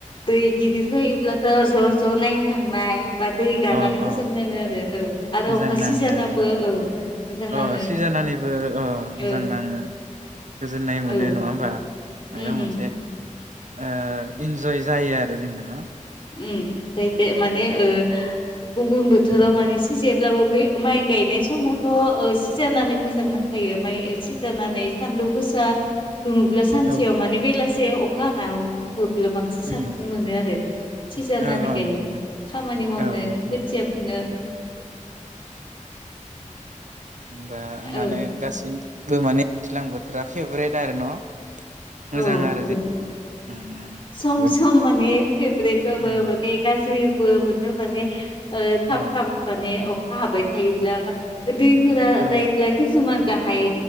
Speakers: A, on the left; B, on the right.
A: दै गिदिर फैयोब्लाथ ज ज नायनो थांनाय बा दै गानानै
B: अ
A: मोजां
B: अ
A: नाङो आरो औ आरो
B: मोजां
A: अखा
B: नाङो
A: सिजानाबो
B: आरो
A: औ मोजां
B: अ
A: नाङो
B: सिजानानैबो अ मोजां
A: औ
B: नाङो गोजोननाय मोनो
A: औ
B: नङा होमबा माइबा
A: उम
B: मोनसे
A: उम
B: ओ इन्जय जायो आरो जोङो ना।
A: ओम इक्स माने ओ गुबुन बोथोराव माने सिजेब्लाबो बे माइ गायनाय समावथ' ओ सिजानानै मोजां नांखायो माइ सिजानानै सानदुं गोसा दुङोबब्ला सानसेयाव
B: औ
A: माने बेलास से अखा ना हो बोला बांसिन
B: उम
A: साबसिन मोनो आरो सिजानानै
B: औ औ
A: गायनो
B: नंगौ नंगौ
A: खामानि मावनो
B: औ औ
A: खोथिया
B: औ
A: फुनो
B: बा माने
A: औ
B: गासै माने दैज्लां बोथोरा फेभ्रेट आरो न। मोजां
A: औ
B: आरो जे ओं
A: सम
B: ओं
A: सम माने फेभ्रेट बाबो
B: उम
A: माने गाज्रिबो मोनो माने ओ
B: औ
A: थाब थाब माने खा हाबाय थायोब्ला बा दै फोर
B: औ
A: जायोब्ला खिसुमान गाहाय